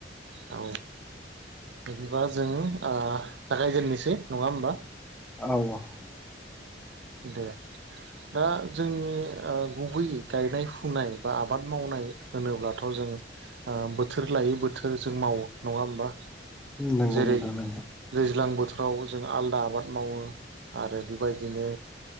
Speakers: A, on the right (about 75°); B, in the centre.
A: औ बिदिबा जों जागायजेननोसै नङा होमबा
B: औ
A: दे दा जोंनि गुबै गायनाय फुनाय बा आबाद मावनाय होनोब्लाथ' जों बोथोर लायै बोथोर जों मावो नङा होमबा
B: नंगौ
A: जेरै
B: नोंथां नंगौ
A: दैज्लां बोथोर फाव जों आलादा आबाद मावो आरो बेबायदिनो